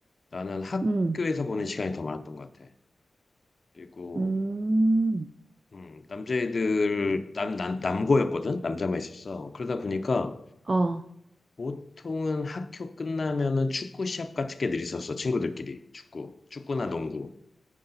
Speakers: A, on the left; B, on the right.
A: 나는 학교에서
B: 음.
A: 보낸 시간이 더 많았던 것 같아. 그리고
B: 음.
A: 음, 남자애들 남, 남 남고였거든 남자만 있었어. 그러다 보니까
B: 어.
A: 보통은 학교 끝나면은 축구 시합 같은 게 늘 있었어. 친구들끼리. 축구. 축구나 농구.